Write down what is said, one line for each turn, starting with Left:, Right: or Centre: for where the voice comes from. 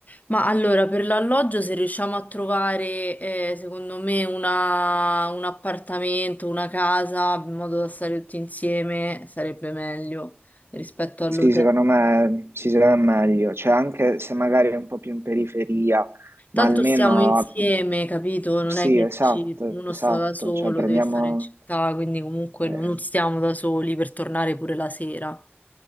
Left: Ma allora, per l'alloggio se riusciamo a trovare, eh, secondo me, una- un appartamento, una casa, in modo da stare tutti insieme, sarebbe meglio rispetto all'hotel.
Right: Sì, secondo me si sarà meglio, cioè anche se magari è un po' più in periferia,
Left: Tanto
Right: ma almeno
Left: stiamo insieme, capito? Non
Right: sì,
Left: è che
Right: esatto,
Left: dici uno
Right: esatto,
Left: sta da solo,
Right: cioè prendiamo...
Left: deve stare in città, quindi comunque
Right: eh,
Left: non stiamo da soli per tornare pure la sera.